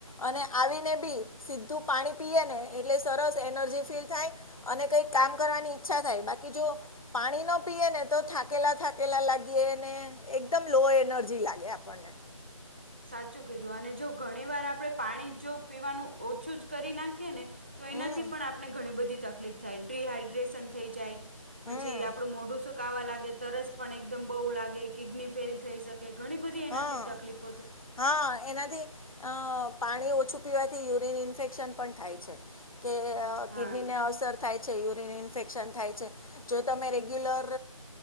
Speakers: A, on the left (about 85°); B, on the right (about 20°).
A: અને આવીને બી સીધું પાણી પીએ ને એટલે સરસ એનર્જી ફીલ થાય અને કઈક કામ કરવાની ઈચ્છા થાય. બાકી જો પાણી ન પીએ ને તો થાકેલા થાક કેલા લાગીએ ને એકદમ લો એનર્જી લાગે આપણને.
B: સાચું કીધું. અને જો ઘણી વાર આપણે પાણી જો પીવાનું ઓછું જ કરી નાખીએ ને તો
A: હમ
B: એનાથી પણ આપણે ઘણી બધી તકલીફ થાય. ડિહાઈડ્રેશન થઈ જાય,
A: હમ
B: પછી આપણું મોઢું સુક કાવા લાગે, તરસ પણ એકદમ બહુ લાગે, કિડની ફેલ થઈ શકે, ઘણી બધી એનાથી
A: હા
B: તકલીફ
A: હા એનાથી અ પાણી ઓછું પીવાથી યુરીન ઇન્ફેક્શન પણ થાય છે. કે કિડનીને
B: હા
A: અસર થાય છે યુરિન ઇન્ફેક્શન થાય છે જો તમે રેગ્યુલર